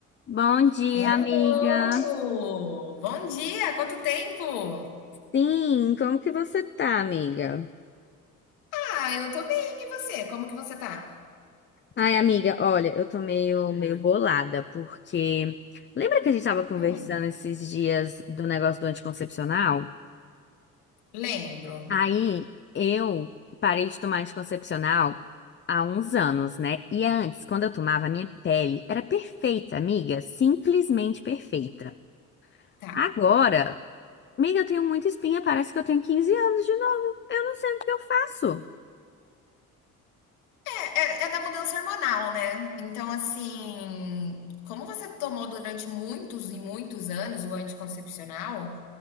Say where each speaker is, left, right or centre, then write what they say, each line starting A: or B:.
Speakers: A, on the left; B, on the left.
A: Bom dia,
B: Hello!
A: amiga.
B: Bom dia, quanto tempo?
A: Sim, como que você tá, amiga?
B: Ah, eu tô bem, e você? Como que você tá?
A: Ai, amiga, olha, eu tô meio, meio bolada, porque lembra que a gente tava conversando
B: Hum,
A: esses dias do negócio do anticoncepcional?
B: lembro.
A: Aí eu parei de tomar anticoncepcional há uns anos, né? E antes, quando eu tomava, a minha pele era perfeita, amiga, simplesmente perfeita.
B: Tá.
A: Agora, amiga, eu tenho muita espinha, parece que eu tenho 15 anos de novo. Eu não sei o que eu faço.
B: É, é- é da mudança hormonal, né? Então, assim, como você tomou durante muitos e muitos anos o anticoncepcional,